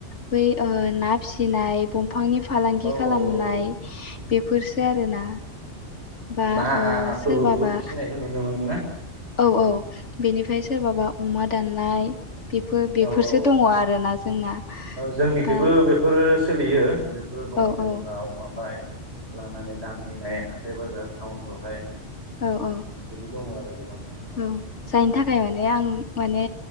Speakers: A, on the left; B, on the right.
A: बै ना फिसिनाय दंफांनि फालांगि
B: ओ औ
A: खालामनाय
B: औ
A: बेफोरसो आरोना बा
B: नाफोरबो
A: ओ सोरबाबा
B: बुहुत फिसिनायखौ नुनो मोनो ना
A: औ औ बेनिफ्राय सोरबाबा अमा दाननाय बेफोर बेफोरसो
B: औ औ
A: दङ आरोना जोंना
B: जोंनिखैबो
A: बा
B: बेफोरो सोलियो बेफोरो दं
A: औ
B: जेनेबा
A: औ
B: अमा बाय लांनानै दानहैनाय हाथाय बाजार टाउनफ्रावहाय
A: औ औ
B: बिदि दङ आरो गोबां नोंथां
A: औ जायनि थाखाय माने आं माने